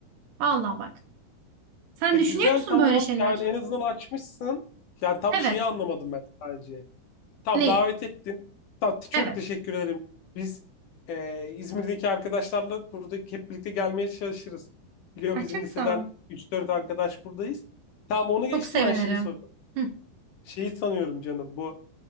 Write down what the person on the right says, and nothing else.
Vallahi bak. Sen
düşünüyor
musun
böyle şeyler?
Evet.
Neyi?
Evet.
Ay
çok
sağ ol.
Çok
sevinirim.
Hı,